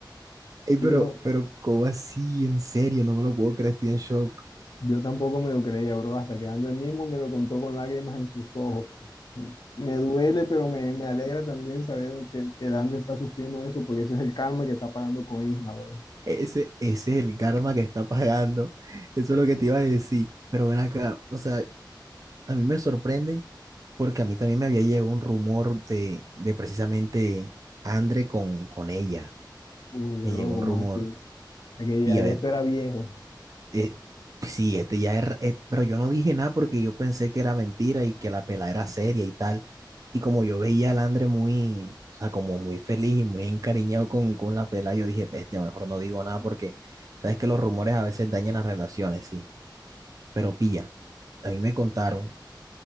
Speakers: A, on the right; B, on the left.
A: Ey,
B: Digo.
A: pero, pero, ¿cómo así? En serio, no me lo puedo creer. Estoy en shock.
B: Yo tampoco me lo creía, bro, hasta que Ando él mismo me lo contó con lágrimas en sus ojos. Me duele, pero me, me alegra también saber que, que Ando está sufriendo eso, porque ese es el karma que está pagando con Isla, bro.
A: Ese, ese es el karma que está pagando. Eso es lo que te iba a decir. Pero ven acá, o sea, a mí me sorprende porque a mí también me había llegado un rumor de, de precisamente Andre con, con ella.
B: Uy, bro,
A: Me llegó
B: ¿cómo
A: un rumor.
B: así? Es que ya,
A: Y a
B: ya
A: ver,
B: esto era viejo.
A: Eh, sí, este ya es, eh, pero yo no dije nada porque yo pensé que era mentira y que la pela era seria y tal. Y como yo veía al Andre muy, o sea, como muy feliz y muy encariñado con, con la pela, yo dije, bestia, mejor no digo nada porque sabes que los rumores a veces dañan las relaciones, sí. Pero pilla, a mí me contaron,